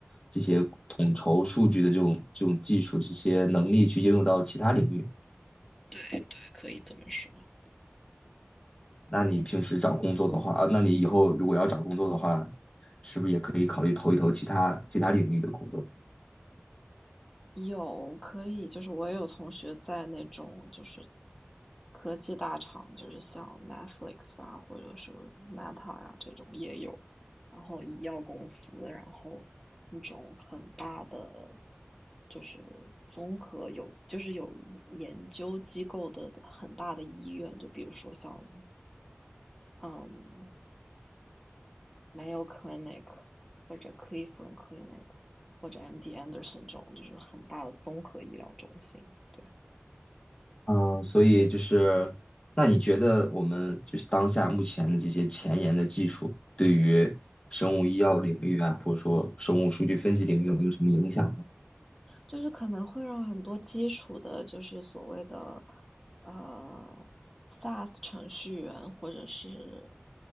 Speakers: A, on the left; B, in the centre.
A: 这些统筹数据的这种这种技术、这些能力去应用到其他领域。
B: 对对，可以这么说。
A: 那你平时找工作的话，啊，那你以后如果要找工作的话，是不是也可以考虑投一投其他其他领域的工作？
B: 有可以，就是我也有同学在那种就是科技大厂，就是像 Netflix 啊，或者是 Meta 呀、这种也有，然后医药公司，然后那种很大的就是综合有就是有研究机构的很大的医院，就比如说像嗯 Mayo Clinic 或者 Cleveland Clinic 或者 MD Anderson 这种，就是很大的综合医疗中心，对。
A: 嗯，所以就是，那你觉得我们就是当下目前的这些前沿的技术，对于生物医药领域啊，或者说生物数据分析领域有没有什么影响呢？
B: 就是可能会让很多基础的，就是所谓的呃 SaaS 程序员，或者是